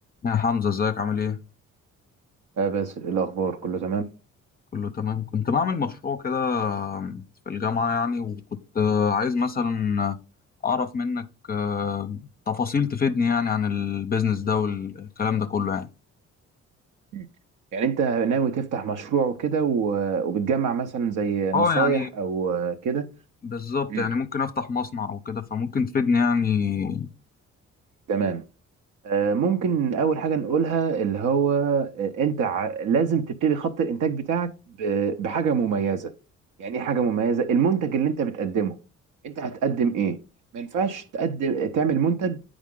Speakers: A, on the left (about 30°); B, on the right (about 80°).
A: يا حمزة ازيك عامل ايه؟
B: اه بس إيه الاخبار كله تمام
A: كله تمام كنت بعمل مشروع كده في الجامعة يعني وكنت عايز مثلا أعرف منك آه، تفاصيل تفيدني يعني عن البيزنس ده والكلام ده كله يعني
B: مم. يعني انت ناوي تفتح مشروع وكده و- وبتجمع مثلا زي
A: اه
B: نصايح
A: يعني
B: او آه، كده
A: بالظبط
B: مم.
A: يعني ممكن أفتح مصنع أو كده فممكن تفيدني يعني
B: تمام آه، ممكن اول حاجه نقولها اللي هو آه، انت ع- لازم تبتدي خط الانتاج بتاعك ب- بحاجه مميزه يعني ايه حاجه مميزه المنتج اللي انت بتقدمه انت هتقدم ايه ما ينفعش تقدم تعمل منتج